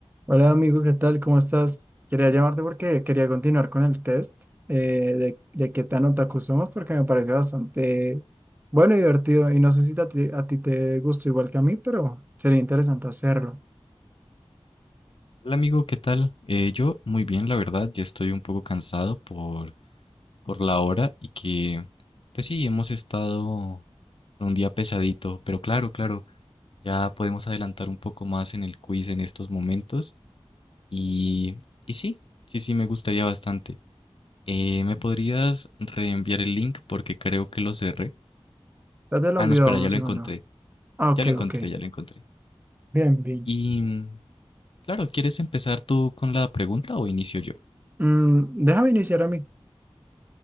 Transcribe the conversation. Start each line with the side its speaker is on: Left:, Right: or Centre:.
Right: Hola amigo, ¿qué tal? ¿Cómo estás? Quería llamarte porque quería continuar con el test eh, de, de qué tan otaku somos porque me pareció bastante bueno y divertido y no sé si a ti, a ti te gusta igual que a mí, pero sería interesante hacerlo.
Left: Hola amigo, ¿qué tal? Eh, yo muy bien, la verdad, ya estoy un poco cansado por, por la hora y que, pues sí, hemos estado con un día pesadito, pero claro, claro, ya podemos adelantar un poco más en el quiz en estos momentos y, y sí, sí, sí, me gustaría bastante. Eh, ¿me podrías reenviar el link? Porque creo que lo cerré.
Right: Ya te lo
Left: Ah,
Right: envío,
Left: no, espera,
Right: vamos
Left: ya
Right: un segundo.
Left: lo encontré,
Right: Ah, ok,
Left: ya lo encontré,
Right: ok.
Left: ya lo encontré.
Right: Bien, bien.
Left: Y, mm, claro, ¿quieres empezar tú con la pregunta o inicio yo?
Right: Mm, déjame iniciar a mí.